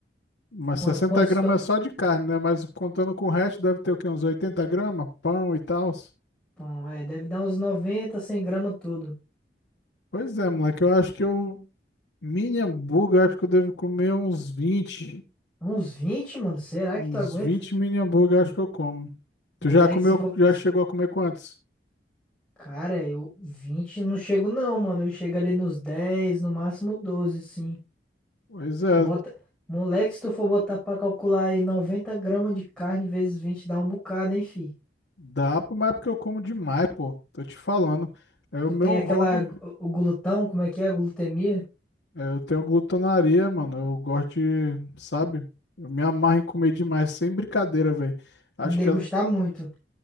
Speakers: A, on the left; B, in the centre.
A: Mas
B: Qua-
A: 60
B: Quantos.
A: gramas
B: tu-
A: é só de carne, né? Mas contando com o resto, deve ter o quê? Uns 80 gramas? Pão e tal.
B: Pão, é, deve dar uns 90, 100 gramas tudo.
A: Pois é, moleque. Eu acho que eu. Mini hambúrguer, eu acho que eu devo comer uns vinte
B: Uns 20 mano? Será
A: Uns
B: que tu aguenta?
A: 20 mini hambúrguer, eu acho que eu como. Tu
B: Moleque,
A: já comeu?
B: se for.
A: Já chegou a comer quantos?
B: Cara, eu 20 não chego não, mano. Eu chego ali nos dez no máximo doze sim.
A: Pois é,
B: Bota... Moleque, se tu for botar pra calcular aí 90 gramas de carne vezes 20 dá um bocado, hein, fi.
A: dá, pô, mas é porque eu como demais, pô. Tô te falando. É
B: Tu
A: o meu
B: tem aquela...
A: hobby.
B: O o glutão, como é que é? A glutemia?
A: É, Eu tenho glutonaria, mano. Eu gosto de, sabe? Eu me amarro em comer demais, sem brincadeira, velho. Acho
B: Me degustar
A: que
B: muito.